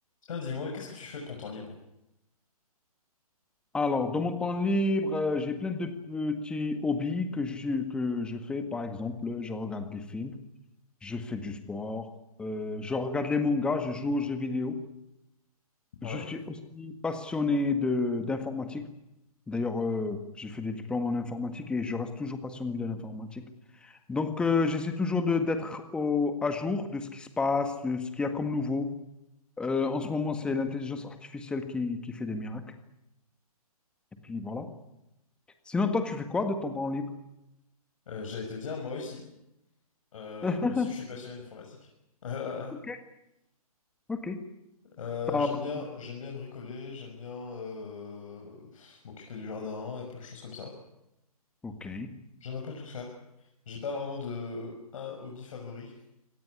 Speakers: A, on the left; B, in the centre.
A: Tiens, dis-moi, qu'est-ce que tu fais de ton temps libre?
B: Alors, dans mon temps libre, euh, j'ai plein de petits hobbies que je, que je fais. Par exemple, je regarde des films, je fais du sport, euh, je regarde les mangas, je joue aux jeux vidéo.
A: Ah
B: Je
A: Ouais.
B: suis aussi passionné de d'informatique. D'ailleurs, euh, j'ai fait des diplômes en informatique et je reste toujours passionné de l'informatique. Donc, euh, j'essaie toujours de d'être au- à jour de ce qui se passe, de ce qu'il y a comme nouveau. Euh, en ce moment, c'est l'intelligence artificielle qui, qui fait des miracles. Et puis voilà. Sinon, toi, tu fais quoi de ton temps libre?
A: Euh, j'allais te dire, moi aussi. Euh,
B: <laughs>
A: moi aussi, je suis passionné d'informatique. Euh,
B: Ok, ok.
A: euh,
B: Ça
A: j'aime
B: va.
A: bien, j'aime bien bricoler, j'aime bien euh, pff, m'occuper du jardin et plein de choses comme ça.
B: Ok,
A: J'aime un peu tout faire. J'ai pas vraiment de un hobby favori.